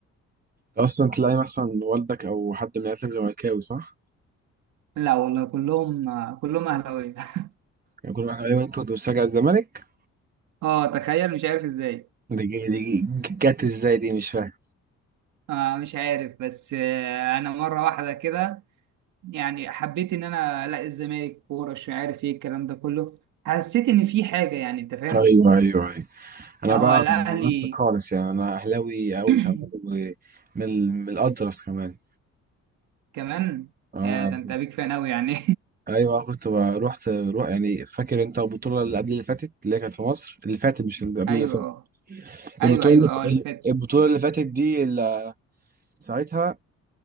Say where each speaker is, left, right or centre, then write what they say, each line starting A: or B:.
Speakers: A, on the right; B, on the right.
A: أصلا تلاقي مثلا والدك أو حد من عيلتك زملكاوي صح؟
B: لا والله كلهم كلهم اهلاويه <laughs>
A: يقول لك أيوه أنت كنت بتشجع الزمالك
B: اه تخيل مش عارف ازاي
A: دي دي- دي جت إزاي دي مش فاهم
B: آه مش عارف بس آه انا مره واحده كده يعني حبيت ان انا الاقي الزمالك كوره مش عارف ايه الكلام ده كله حسيت ان في حاجه يعني انت فاهم
A: أيوه أيوه انا
B: هو
A: بقى
B: الاهلي
A: عكسك خالص يعني انا اهلاوي قوي
B: <clears throat>
A: كمان ومن ال- من الاطرس كمان
B: كمان
A: اه
B: يا ده انت بيك فان قوي يعني
A: ايوه كنت بقى- رحت روح يعني فاكر انت البطوله اللي قبل اللي فاتت اللي هي كانت في مصر اللي فاتت مش
B: <laughs>
A: اللي قبل
B: ايوه
A: اللي فاتت
B: اه ايوه
A: البطوله
B: ايوه
A: اللي
B: اه اللي فات
A: ف- البطوله اللي فاتت دي اللي ساعتها